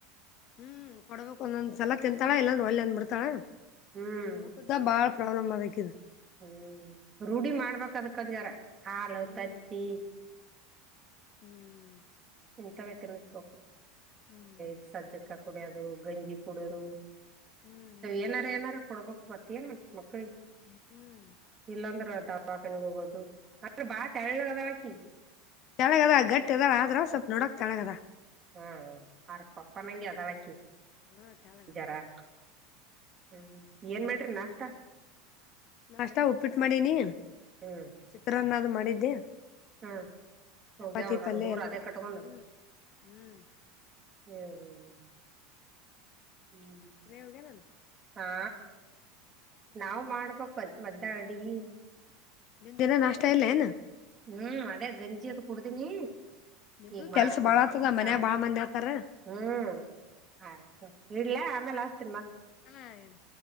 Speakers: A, on the left; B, on the right.
A: ಹ್ಮ್ ಕೊಡ್ಬೇಕು ಒಂದೊಂದ್ಸಲ ತಿಂತಾಳ ಇಲ್ಲಾಂದ್ರ ಒಲ್ಲೇ ಅಂದ್ ಬಿಡ್ತಾಳ
B: ಹ್ಮ್
A: ಊಟದ್ <unintelligible> ಅ ಬಾಳ ಪ್ರಾಬ್ಲಮ್ ಅಕೀದು.
B: ಹ್ಮ್ ರೂಢಿ ಮಾಡ್ಬೇಕದಕಂಜಾರ ಹಾಲು
A: ಹ್ಮ್
B: ತತ್ತಿ.
A: ಹ್ಮ್
B: ಇಂತವೇ ತಿನ್ನುಸಬೇಕು
A: ಹ್ಮ್
B: ಇ ಸಜ್ಜಕ್ಕ ಕುಡಿಯೋದು ಗಂಜಿ ಕುಡಿಯೋದು.
A: ಹ್ಮ್
B: ಏನಾರ ಏನಾರ ಕೊಡ್ಬೇಕ್ ಮತ್ತ ಏನ್ ಮಾಡ ಮಕ್ಳಿಗೆ.
A: ಹ್ಮ ಹ್ಮ್
B: ಇಲ್ಲಾಂದ್ರ ದವಾಖನ್ಗ್ ಹೋಗೋದು ಅಂದ್ರ ಬಾ ತೆಳ್ಳಗ್ ಹದಳಕ್ಕಿ.
A: ತಳ್ಳುಗ್ ಅದಳ ಗಟ್ಟಿ ಅದಾಳ ಆದರು ಸ್ವಲ್ಪ ನೋಡಕ್ ತಳ್ಳುಗ್ ಅದ್ದಾಳ.
B: ಹ್ಮ್ ಹ ಆರ ಪಪ್ಪ ನಂಗೆ ಅದಳಾಕಿ
A: ಹಾ ತೆಳಗದ
B: ಜರಕ್ ಹ್ಮ್. ಏನ್ ಮಾಡ್ರಿ ನಾಷ್ಟ.
A: ನಾಷ್ಟ ಉಪ್ಪಿಟ್ಟು ಮಾಡೀನಿ
B: ಹ್ಮ್
A: ಚಿತ್ರಾನ್ನದು ಮಾಡಿದ್ದೆ.
B: ಹ್ಮ್
A: ಚಪಾತಿ
B: ಹೋಗ್ಯಾವ ಅಂಗ
A: ಪಲ್ಯ
B: ಹುಡುಗೂರು
A: ಎಲ್ಲಾ
B: ಅದೇ ಕಟ್ಟಕಂದು.
A: ಹ್ಮ್ ಹ್ಮ್
B: ಹ್ಮ ಹ್ಮ ಹ್ಮ ಹ್ಮ್
A: ರೇ ವೋಗರಲ್ಲ.
B: ಹಾ ನಾವ್ ಮಾಡ್ಬೇಕು ಅದ್ ಮದ್ಯಾ ಅಡಿಗಿ.
A: ನೀಂದ ಇನ್ನ ನಾಷ್ಟ ಇಲ್ಲೇನು.
B: ಹ್ಮ್ ಅದೇ ಗಂಜಿ ಅದು ಕುಡ್ದೀನೀ.
A: ನಿಂದು
B: ಈಗ್ ಮಾಡ್ತ
A: ಕೆಲ್ಸ ಬಾಳ ಆತದ ಮನ್ಯಾಗ
B: ಆಯ್ತು
A: ಬಾಳ ಮಂದಿ ಆತಾರ.
B: ಹ್ಮ್. ಆಯ್ತು ಇಡ್ಲ ಆಮೇಲೆ ಅಸ್ತಿನನ್ ಮತ್ತ್
A: ಹಾ ಇಡು.